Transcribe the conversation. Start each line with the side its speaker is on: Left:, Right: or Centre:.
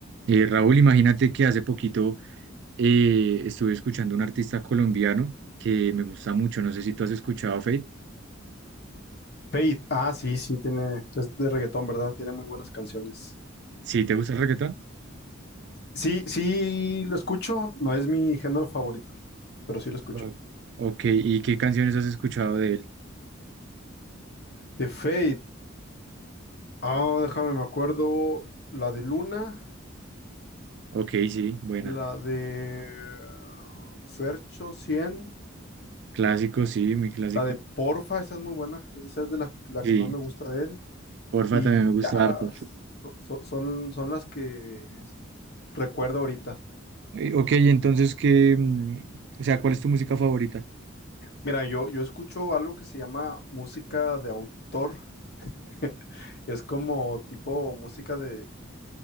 Right: Eh, Raúl, imagínate que hace poquito eh, estuve escuchando un artista colombiano que me gusta mucho. No sé si tú has escuchado a Feid.
Left: Fade. Ah, sí, sí, tiene, es de reggaetón, ¿verdad? Tiene muy buenas canciones.
Right: ¿Sí te gusta el reggaetón?
Left: Sí, sí, lo escucho, no es mi género favorito, pero sí lo escucho.
Right: O- ok, ¿y qué canciones has escuchado de él?
Left: De Fade. Ah, déjame, me acuerdo la de Luna,
Right: Ok, sí, buena.
Left: la de eh, Fercho 100,
Right: Clásico, sí, muy clásico.
Left: la de Porfa, esa es muy buena, esa es de la, la
Right: Sí,
Left: que más me gusta de él.
Right: porfa,
Left: Y
Right: también me gusta
Left: ya,
Right: harto.
Left: so- so- son, son las que es- recuerdo ahorita.
Right: Eh, ok, entonces, ¿qué? mm, O sea, ¿cuál es tu música favorita?
Left: Mira, yo, yo escucho algo que se llama música de autor. <laughs> Es como tipo música de